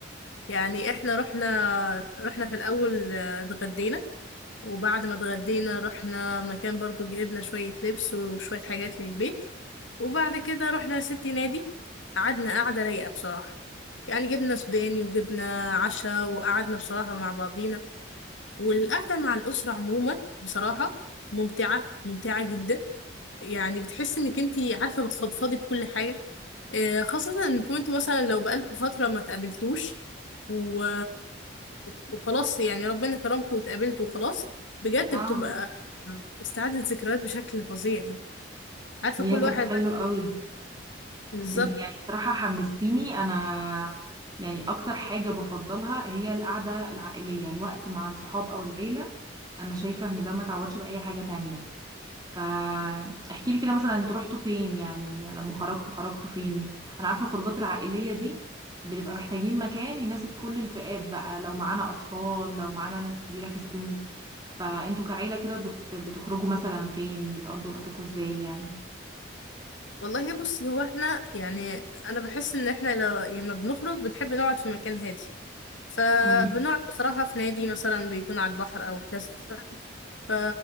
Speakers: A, on the left (about 80°); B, on the right (about 20°).
A: يعني احنا رحنا رحنا في الأول آه، اتغدينا وبعد ما اتغدينا رحنا مكان برضو جبنا شوية لبس وشوية حاجات للبيت وبعد كده رحنا يا ستي نادي قعدنا قعدة رايقة بصراحة يعني جبنا سوداني وجبنا عشاء وقعدنا بصراحة مع بعضينا والقعدة مع الأسرة عموما بصراحة ممتعة ممتعة جدا يعني بتحس انك انتي عارفة بتفضفضي بكل حاجة آه، خاصة انكم انتوا مثلا لو بقالكم فترة ما تقابلتوش و... وخلاص يعني ربنا كرمكم واتقابلتوا وخلاص بجد
B: اه
A: بتبقى استعادة ذكريات بشكل فظيع يعني عارفة
B: يا
A: كل
B: طب
A: واحد
B: حلو قوي
A: بالظبط
B: انتي يعني بصراحة حمستيني أنا يعني أكتر حاجة بفضلها هي القعدة العائلية الوقت مع الصحاب أو العيلة أنا شايفة ان ده ما تعوضش بأي حاجة تانية فاحكي لي كده مثلا انتوا رحتوا فين يعني لما خرجتوا خرجتوا فين انا عارفه الخروجات العائليه دي بنبقى محتاجين مكان يناسب كل الفئات بقى لو معانا اطفال لو معانا ناس كبيره في السن فانتوا كعيله كده بت... بتخرجوا مثلا فين بتقضوا وقتكم ازاي يعني
A: والله بص هو احنا يعني انا بحس ان احنا لو لما بنخرج بنحب نقعد في مكان هادي فبنقعد
B: مم.
A: بصراحة في نادي مثلا بيكون على البحر أو كذا ف...